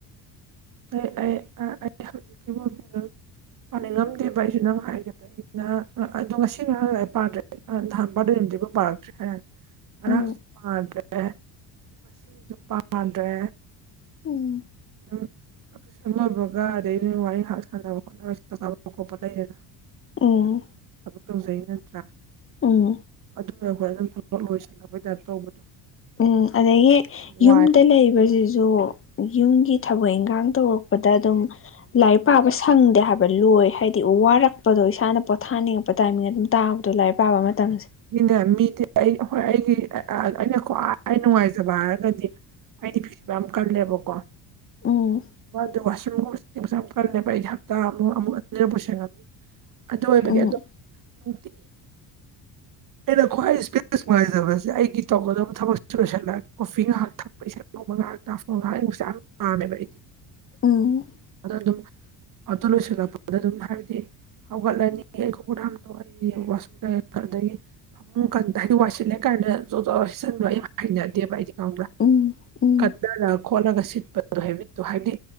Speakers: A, on the right; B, on the left.
A: ꯑꯩ ꯑꯩ ꯑꯩ ꯍꯧꯖꯤꯛꯀꯤꯕꯨꯥꯎ <unintelligible> ꯄꯥꯅꯤꯡꯉꯝꯗꯦꯕ ꯑꯩꯁꯨ ꯅꯪ ꯍꯥꯏꯒꯗ꯭ꯔꯒꯦ ꯑꯗꯣ ꯉꯁꯤ ꯉꯔꯥꯡ ꯂꯥꯏꯔꯤꯛ ꯄꯥꯗ꯭ꯔꯦ ꯅꯍꯥꯟ ꯕꯔꯗ‌ꯦ ꯅꯨꯃꯤꯠꯇꯩ ꯐꯥꯎ ꯄꯥꯔꯛꯇ꯭ꯔꯤ ꯃꯔꯥꯡꯁꯨ
B: ꯎꯝ
A: ꯄꯥꯟꯗ꯭ꯔꯦ ꯃꯁꯤꯁꯨ ꯃꯥꯟꯗ꯭ꯔꯦ
B: ꯎꯝ
A: ꯎꯝ ꯁ ꯂꯕꯒ <unintelligible> ꯑꯗꯩ ꯋꯥꯔꯤ ꯉ ꯁꯥꯟꯅꯕ ꯈꯣꯠꯅꯕꯁꯤ ꯇꯥꯄ ꯈꯣꯠꯄ ꯂꯩꯗꯦꯅ
B: ꯎꯝ
A: ꯊꯕꯛ ꯇꯧꯖꯩ ꯅꯠꯇ꯭ꯔꯥ
B: ꯎꯝ
A: ꯑꯗꯨꯅ ꯑꯩꯈꯣꯏ ꯑꯗꯨꯝ ꯊꯕꯛ ꯂꯣꯏꯁꯤꯜꯂꯛꯄꯩ ꯇꯥꯏꯞ ꯇꯧꯕꯗꯣ
B: ꯎꯝ ꯑꯗꯒꯤ ꯌꯨꯝꯗ
A: ꯋꯥꯏ
B: ꯂꯩꯕꯁꯤꯁꯨ ꯌꯨꯝꯒꯤ ꯊꯕꯛ ꯏꯟꯈꯥꯡ ꯇꯧꯔꯛꯄ ꯄꯗ ꯑꯗꯨꯝ ꯂꯥꯏꯔꯤꯛ ꯄꯥꯕ ꯁꯪꯗꯦ ꯍꯥꯏꯕ ꯂꯣꯏ ꯍꯥꯏꯗꯤ ꯋꯥꯔꯛꯄꯗꯣ ꯏꯁꯥꯅ ꯄꯣꯊꯥꯅꯤꯡꯉꯛ ꯄ ꯇꯥꯏꯃꯤꯡ ꯑꯗꯨꯝ ꯇꯥꯕꯗꯣ ꯂꯥꯏꯔꯤꯛ ꯄꯥꯕ ꯃꯇꯝꯁꯦ
A: ꯅꯦ ꯃꯤꯗꯤ ꯑꯩ ꯍꯣꯏ ꯑꯩꯒꯤ ꯑꯩꯅ ꯈ꯭ꯋꯥꯏ ꯅꯨꯡꯉꯥꯏꯖꯕ ꯍꯥꯏꯔꯒꯗꯤ ꯑꯩꯗꯤ ꯐꯤꯁꯨꯕ ꯌꯥꯝ ꯀꯜꯂꯦꯕꯀꯣ
B: ꯎꯝ
A: ꯋꯥ ꯑꯗꯨ ꯋꯥꯁ ꯀꯜꯂꯦꯕ ꯑꯩꯗꯤ ꯍꯞꯇꯥ <unintelligible> ꯑꯃꯨꯛ ꯑꯅꯤꯔꯛꯄꯨ ꯁ‌ꯦꯡꯉꯝꯅꯤ ꯑꯗꯨ ꯑꯣꯏꯕꯒꯤ
B: ꯎꯝ
A: ꯑꯗꯣ ꯅꯨꯡꯇꯤ ꯑꯩꯅ ꯈ꯭ꯋꯥꯏ ꯏꯁꯄꯦꯁ ꯅꯨꯡꯉꯥꯏꯖꯕꯁꯦ ꯑꯩꯒꯤ ꯇꯧꯒꯗꯕ ꯊꯕꯛ ꯂꯣꯏꯁꯤꯜꯂꯥ ꯀꯣꯐꯤ ꯉꯥꯏꯍꯥꯛ ꯊꯛꯄ ꯂꯕꯒ ꯇꯥꯐꯒ <unintelligible> ꯉꯩꯛꯦ ꯌꯥꯝ ꯄꯥꯝꯃꯦꯕ ꯑꯩꯗꯤ
B: ꯎꯝ
A: ꯑꯗꫭ ꯑꯗꯨꯝ ꯑꯗꯨ ꯂꯣꯏꯁꯤꯜꯂꯛꯄꯗ ꯑꯗꯨꯝ ꯍꯥꯏꯕꯗꯤ ꯍꯧꯒꯠꯂꯅꯤ ꯑꯩ ꯈꫭꯡ ꯈꯨꯠ ꯍꯥꯝꯗꯣꯛꯑꯅꯤ ꯋꯥꯁꯔꯨꯝ ꯆꯪꯉꯅꯤ ꯑꯩꯗꯒꯤ ꯀ <unintelligible> ꯍꯥꯏꯗꯤ ꯋꯥꯏꯁꯤꯜꯂꯦ ꯀꯥꯏꯅꯆꯟꯕꯣ ꯌꯥꯝ ꯍꯩꯅꯗꯦꯕ ꯍꯥꯏꯗꯤ ꯈꯪꯕ꯭ꯔꯥ
B: ꯎꯝ ꯎꯝ
A: ꯀꯠꯊꯔ ꯈꯣꯠꯂꯒ ꯁꯤꯠꯄꯗꯨ ꯍ‌ꯦꯕꯤꯠꯇꯣ ꯍꯥꯏꯕꯗꯤ